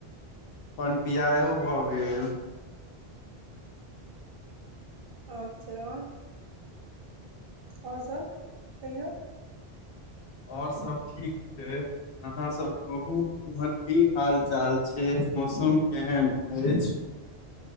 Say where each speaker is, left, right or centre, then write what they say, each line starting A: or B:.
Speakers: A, on the left; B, on the right.
A: पन पियाहो भ गेल
B: अच्छा और। आओर सभ कहियौ
A: ओर सभ ठीक छै। आहाँ सब कहू उमहर की हाल चाल छै मौसम केहन अछि